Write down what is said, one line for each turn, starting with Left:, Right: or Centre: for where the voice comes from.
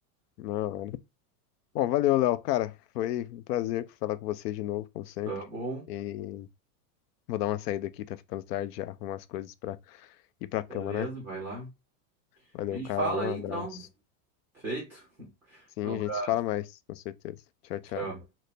Left: Não. mano. Bom, valeu, Léo, cara. Foi um prazer falar com vocês de novo, como sempre.
Centre: Tá bom,
Left: E Vou dar uma saída aqui, tá ficando tarde já. Arrumar as coisas pra ir pra cama,
Centre: beleza,
Left: né?
Centre: vai lá.
Left: Valeu,
Centre: A gente
Left: cara.
Centre: fala
Left: Um
Centre: aí,
Left: abraço.
Centre: então. Feito.
Left: Sim,
Centre: Um abraço,
Left: a gente se fala mais, com certeza. Tchau, tchau.
Centre: tchau.